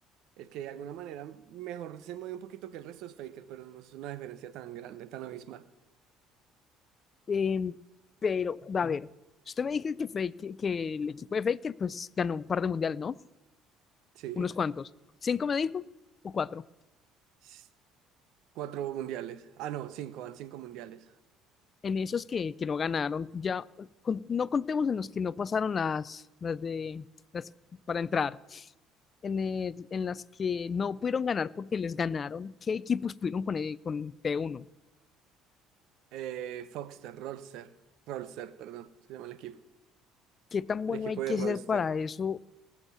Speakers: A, on the right; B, on the left.
A: el que de alguna manera mejor se mueve un poquito que el resto es Faker, pero no es una diferencia tan grande, tan abismal.
B: Em, pero, a ver, usted me dijo que, Faker- que el equipo de Faker pues ganó un par de mundiales, ¿no?
A: Sí.
B: Unos cuantos. ¿Cinco me dijo? ¿O cuatro?
A: S- Cuatro mundiales. Ah, no, cinco, van cinco mundiales.
B: En esos que, que no ganaron, ya con- no contemos en los que no pasaron las, las de las para entrar. en, el- en las que no pudieron ganar porque les ganaron, ¿qué equipos pudieron con, el- con T1?
A: Eh, Foxter, Rolster, Rolster, perdón, se llama el equipo.
B: ¿Qué tan bueno
A: El equipo
B: hay
A: de
B: que
A: Rolster.
B: ser para eso?